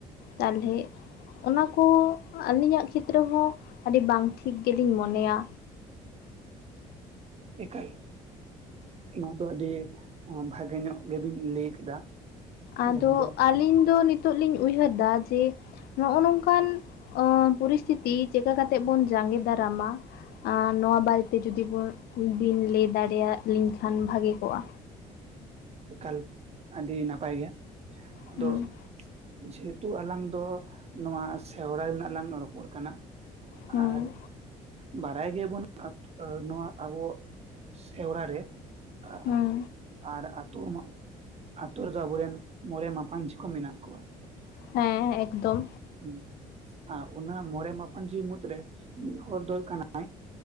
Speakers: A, on the left (about 70°); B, on the right (about 40°).
A: ᱛᱟᱞ ᱦᱮ ᱚᱱᱟ ᱠᱚ ᱟᱹᱞᱤᱧᱟᱜ ᱠᱷᱮᱛᱨᱮ ᱦᱚᱸ ᱟᱹᱰᱤ ᱵᱟᱝ ᱴᱷᱤᱠ ᱜᱮ ᱞᱤᱧ ᱢᱚᱱᱮᱭᱟ᱾
B: ᱮᱠᱟᱞ ᱚᱱᱟ ᱫᱚ ᱟᱹᱰᱤ ᱵᱷᱟᱜᱮ ᱧᱚᱜ ᱜᱮᱵᱤᱱ ᱞᱟᱹᱭ ᱠᱮᱫᱟ᱾
A: ᱟᱫᱚ
B: ᱡᱟᱦᱟᱸ ᱫᱚ
A: ᱟᱹᱞᱤᱧ ᱫᱚ ᱱᱤᱛᱚᱜ ᱞᱤᱧ ᱩᱭᱦᱟᱹᱨ ᱫᱟ ᱡᱮ ᱱᱚᱼᱚ ᱱᱚᱝᱠᱟᱱ ᱚᱻ ᱯᱚᱨᱤᱥᱛᱷᱤᱛᱤ ᱪᱮᱠᱟ ᱠᱟᱛᱮᱜ ᱵᱚᱱ ᱡᱟᱸᱜᱮ ᱫᱟᱨᱟᱢᱟ᱾ ᱟᱨ ᱱᱚᱣᱟ ᱵᱟᱨᱮᱛᱮ ᱡᱩᱫᱤ ᱵᱚᱱ ᱵᱤᱱ ᱞᱟᱹᱭ ᱫᱟᱲᱮᱭᱟ ᱞᱤᱧ ᱠᱷᱟᱱ ᱵᱷᱟᱜᱮ ᱠᱚᱼᱟ᱾
B: ᱮᱠᱟᱞ ᱟᱹᱰᱤ ᱱᱟᱯᱟᱭ ᱜᱮ ᱟᱫᱚ
A: ᱦᱩᱸ
B: ᱡᱮᱦᱮᱛᱩ ᱟᱞᱟᱝ ᱫᱚ ᱱᱚᱣᱟ ᱥᱮᱣᱨᱟᱭ ᱨᱮᱱᱟᱜ ᱞᱟᱝ ᱨᱚᱯᱚᱲ ᱠᱟᱱᱟ
A: ᱦᱩᱸ
B: ᱟᱨ ᱵᱟᱨᱟᱭ ᱜᱮᱭᱟ ᱵᱚᱱ ᱟᱛ ᱚ ᱱᱚᱣᱟ ᱟᱵᱚ ᱥᱮᱣᱨᱟ ᱨᱮ ᱟ
A: ᱦᱩᱸ
B: ᱟᱜ ᱟᱨ ᱟᱛᱳ ᱚᱢᱟᱜ ᱟᱛᱳ ᱨᱮᱫᱚ ᱟᱵᱚᱨᱮᱱ ᱢᱚᱬᱮ ᱢᱟᱯᱟᱱᱡᱷᱤ ᱠᱚ ᱢᱮᱱᱟᱜ ᱠᱚᱣᱟ᱾
A: ᱦᱮᱸ ᱮᱠᱫᱚᱢ᱾
B: ᱦᱩᱸ ᱟᱨ ᱚᱱᱟ ᱢᱚᱬᱮ ᱢᱟᱯᱟᱱᱡᱣᱤ ᱢᱩᱫᱽᱨᱮ ᱢᱤ ᱦᱚᱲ ᱫᱚ ᱠᱟᱱᱟ